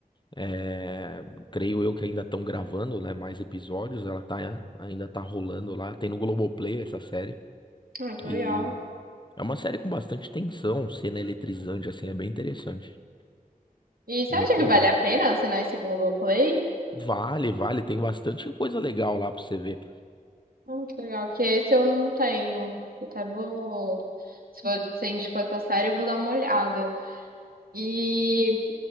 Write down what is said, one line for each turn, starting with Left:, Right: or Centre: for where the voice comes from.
Left: É, creio eu que ainda estão gravando, né, mais episódios. Ela tá, ainda tá rolando lá. Tem no Globoplay essa série.
Right: Ah, que
Left: E
Right: legal.
Left: é uma série com bastante tensão, cena eletrizante, assim, é bem interessante.
Right: E
Left: Te
Right: você
Left: recomendo.
Right: acha que vale a pena assinar esse Globoplay?
Left: Vale, vale. Tem bastante coisa legal lá pra você ver.
Right: Ah, que legal, porque esse eu não tenho. Eu até vou. Se você indicou essa série, eu vou dar uma olhada. E,